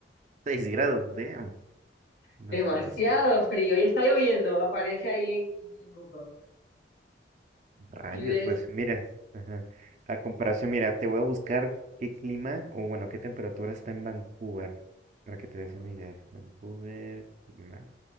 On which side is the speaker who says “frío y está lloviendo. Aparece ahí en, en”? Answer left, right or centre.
Left